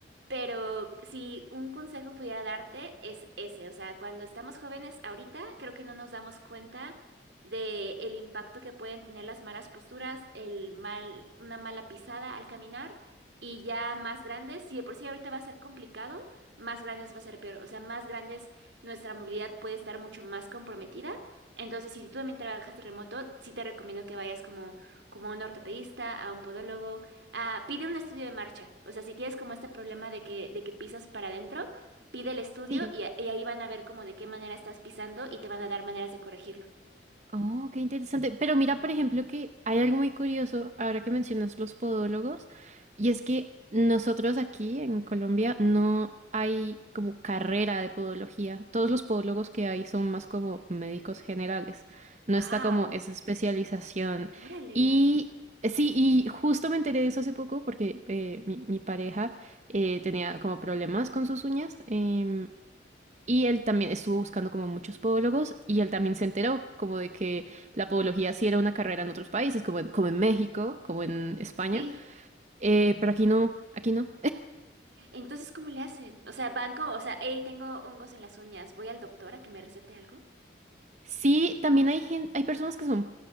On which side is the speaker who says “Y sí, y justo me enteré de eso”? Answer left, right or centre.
Right